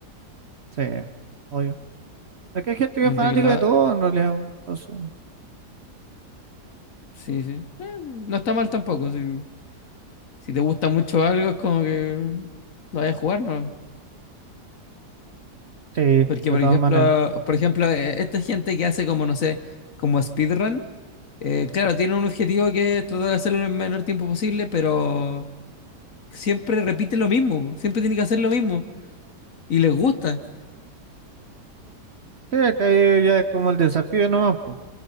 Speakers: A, on the right; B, on the left.
A: Sí, obvio. Aquí hay gente que
B: Hay
A: es
B: gente
A: fanática
B: que lo hace.
A: de todo en realidad, entonces,
B: Sí, sí. Eh, no está mal tampoco. Si, si te gusta mucho algo, es como que lo vayas a jugar, ¿no?
A: sí, de
B: Porque, por
A: todas
B: ejemplo,
A: maneras.
B: por ejemplo, eh, esta gente que hace como, no sé, como speedrun, eh, claro, tiene un objetivo que es tratar de hacerlo en el menor tiempo posible, pero siempre repite lo mismo. Siempre tiene que hacer lo mismo. Y les gusta.
A: Sí, acá ya ya es como el desafío nomás, po.